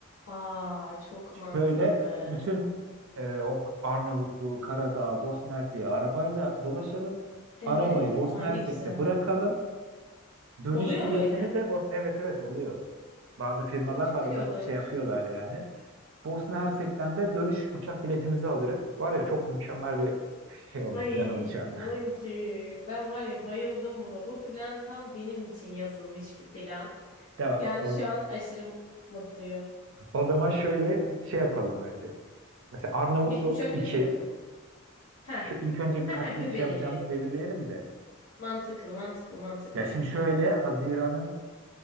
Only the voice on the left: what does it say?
Aa çok mantıklı.
Evet.
Ay
ne güzel.
Oluyor
mu öyle?
Ay çok
iyi olur.
Ay
kanki
ben var ya bayıldım buna. Bu plan tam benim için yazılmış bir plan.
Yani
şu an aşırı mutluyum.
Bil- uçak
bileti mi bakalım? Ha.
Ha
ha gün
belirleyelim.
Mantıklı mantıklı mantıklı.